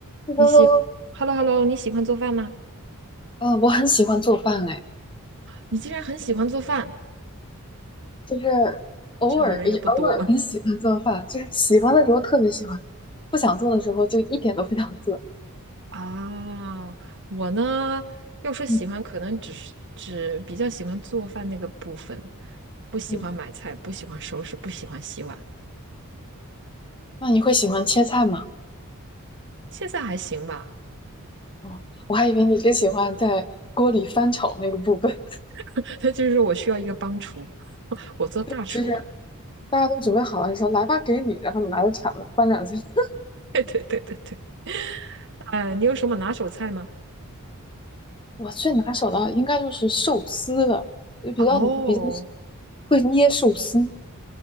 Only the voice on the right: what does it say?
你喜，Hello
Hello，你喜欢做饭吗？
你竟然很喜欢做饭，
这样的人也不多了
<laughs> 啊。我呢，要说喜欢，
可能只是只比较喜欢做饭那个部分，不喜欢买菜，
不喜欢收拾，不喜欢洗碗。
现在还行吧，
<laughs> 那就是我需要一个帮厨，我做大厨。
<laughs>
对对对对对，哎，你有什么拿手菜吗？
哦，